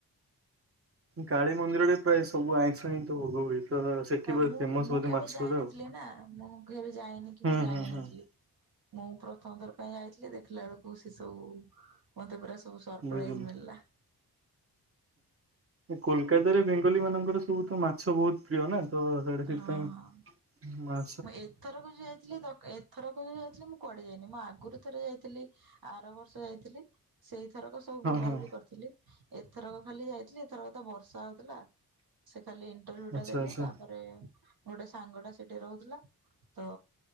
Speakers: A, on the right; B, on the right.
A: କାଳୀ ମନ୍ଦିରରେ ପ୍ରାୟ ସବୁ ଆଇଁଷ ହିଁ ଭୋଗ ହୁଏ। ତ ସେଠି ବୋଧେ
B: ମୁଁ
A: ପୁରା ଫେମସ
B: ମୁଁ
A: ବୋଧେ
B: କେବେ
A: ମାଛରା
B: ଯାଇନଥିଲି
A: ଆଉ।
B: ନା ମୁଁ କେବେ ଯାଇନି କି
A: ହୁଁ
B: ମୁଁ ଜାଣିନଥିଲି।
A: ହୁଁ ହୁଁ। <inaudible>
B: ମୁଁ ପ୍ରଥମଥର ପାଇଁ ଯାଇଥିଲି। ଦେଖିଲା ବେଳକୁ ସେ ସବୁ ମତେ ପୁରା ସ ସର୍ପ୍ରାଇଜ
A: ବୁଝିଲି।
B: ମିଳିଲା।
A: କୋଲକାତାରେ ବେଙ୍ଗଲୀ ମାନଙ୍କର ସବୁ ତ ମାଛ ବହୁତ ପ୍ରିୟ ନା ତ <unintelligible> ସେଥିପାଇଁ
B: ହଁ ହଁ।
A: ମା
B: ମୁଁ ଏଥରକ ଯୋଉ ଯାଇଥିଲି ଦଖ ଏ ଥରକ ଯୋଉ ଯାଇଥିଲି ମୁଁ କୁଆଡ଼େ ଯାଇନି। ମୁଁ ଆଗରୁ ଥରେ ଯାଇଥିଲି ଆର ବର୍ଷ ଯାଇଥିଲି। ସେଇଥରକ ସବୁ
A: ହଁ
B: ବୁଲାବୁଲି
A: ହଁ।
B: କରିଥିଲି। ଏଥରକ ଖାଲି ଯାଇଥିଲି, ଏଥରକ ତ ବର୍ଷା ହଉଥିଲା। ସେ ଖାଲି ଇଣ୍ଟରଭ୍ୟୁ ଟା
A: ଆଚ୍ଛା
B: ଦେଲି।
A: ଆଚ୍ଛା
B: ତାପରେ ଗୋଟେ ସାଙ୍ଗ ଟା ସେଠି ରହୁ ଥିଲା ତ